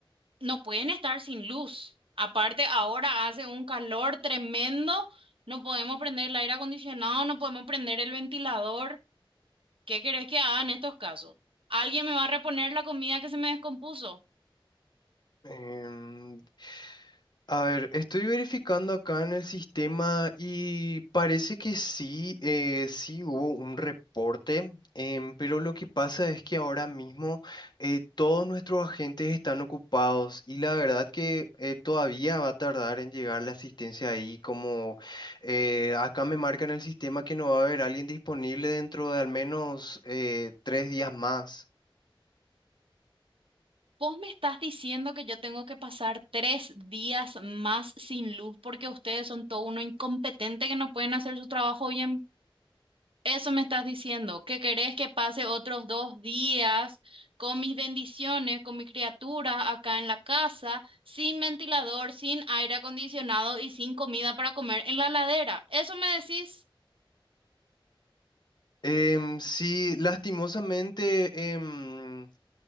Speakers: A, on the right (about 75°); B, on the left (about 55°).
A: no pueden estar sin luz. Aparte, ahora hace un calor tremendo, no podemos prender el aire acondicionado, no podemos prender el ventilador. ¿Qué querés que haga en estos casos? ¿Alguien me va a reponer la comida que se me descompuso?
B: Em, A ver, estoy verificando acá en el sistema y parece que sí, eh, sí hubo un reporte, em, pero lo que pasa es que ahora mismo eh, todos nuestros agentes están ocupados y la verdad que eh, todavía va a tardar en llegar la asistencia ahí, como eh, acá me marca en el sistema que no va a haber alguien disponible dentro de al menos eh, tres días más.
A: Vos me estás diciendo que yo tengo que pasar tres días más sin luz porque ustedes son todo uno incompetente que no pueden hacer su trabajo bien. Eso me estás diciendo, que querés que pase otros dos días con mis bendiciones, con mi criatura acá en la casa, sin ventilador, sin aire acondicionado y sin comida para comer en la ladera. ¿Eso me decís?
B: Em, sí, lastimosamente... em,